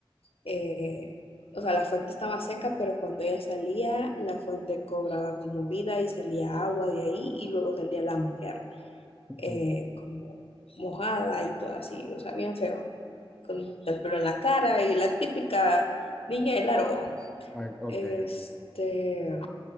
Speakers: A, on the left; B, in the centre.
A: eh, o sea, la fuente estaba seca, pero cuando ella salía, la fuente cobraba como vida y salía agua de ahí y luego salía la mujer
B: ujú.
A: eh, como mojada y todo así, o sea, bien feo, con el pelo en la cara y la típica niña de la roa.
B: Ay, ok,
A: Este,
B: ok.